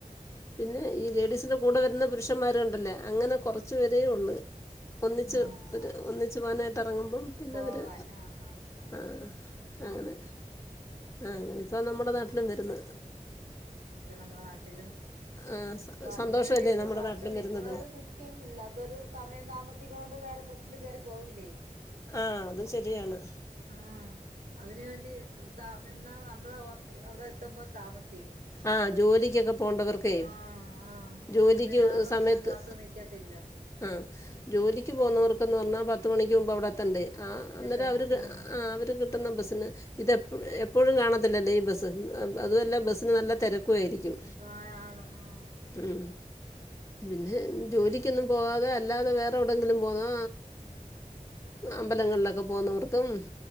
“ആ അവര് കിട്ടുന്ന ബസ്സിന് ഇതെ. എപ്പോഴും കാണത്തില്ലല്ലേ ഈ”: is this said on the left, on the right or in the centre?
Left